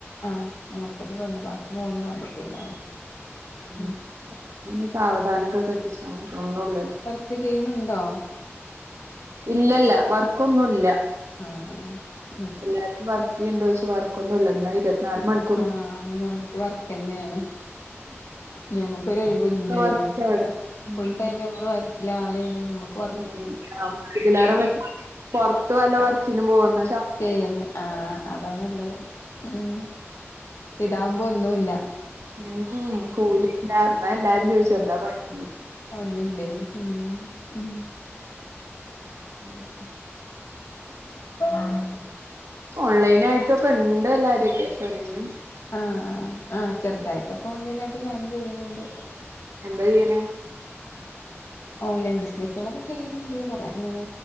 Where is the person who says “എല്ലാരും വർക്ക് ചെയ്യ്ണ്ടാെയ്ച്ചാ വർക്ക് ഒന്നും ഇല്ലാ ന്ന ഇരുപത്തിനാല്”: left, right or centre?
Right